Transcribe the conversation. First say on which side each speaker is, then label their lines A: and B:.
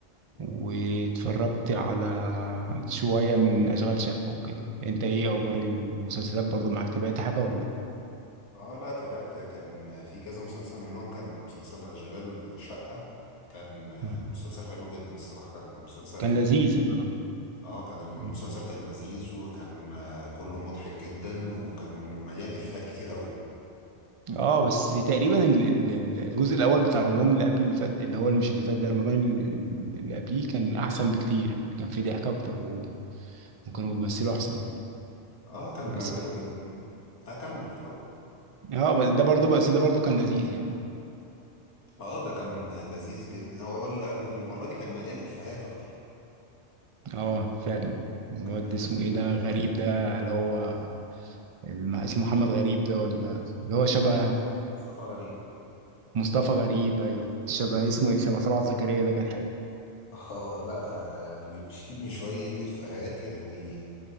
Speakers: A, on the left; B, on the right.
A: مم.
B: واتفرجت على شوية من أشغال شقة وكده انت ايه اخبار المسلسلات برضو معاك تابعت حاجة ولا لا
A: اه لا تابعت كان في كذا مسلسل منهم كان مسلسل اشغال شقة كان آه،
B: مم.
A: مسلسل حلو جدا الصراحة كان مسلسل
B: كان لذيذ اه
A: اه كان المسلسل
B: مم.
A: كان لذيذ وكان آه، كله مضحك جدا وكان مليان افيهات كتير قوي
B: اه بس تقريبا ال- ال- ال- الجزء الاول بتاع رمضان اللي قبل اللي فات اللي هو مش اللي فات ده رمضان اللي اللي قبليه كان احسن بكتير كان فيه ضحك اكتر و... وكانوا بيمثلوا احسن
A: اه كان
B: بس
A: كانوا بي... هكمل اتفضل.
B: اه بس ده برضو بس ده برضو كان لذيذ يعني
A: اه ده كان لذيذ جدا هو بل- المرة دي كان مليان افيهات اكتر
B: اه فعلا الواد
A: كان مليان
B: ده اسمه
A: افيهات
B: ايه ده غريب
A: اكتر
B: ده اللي هو الم- اسمه محمد غريب ده ولا اللي هو
A: آه،
B: شبه
A: مصطفى مصطفى غريب
B: مصطفى غريب ايوه شبه اسمه ايه شبه طلعت زكريا ده كان حلو
A: اه لا آه، يعني بيرمي شوية إفيهات يعني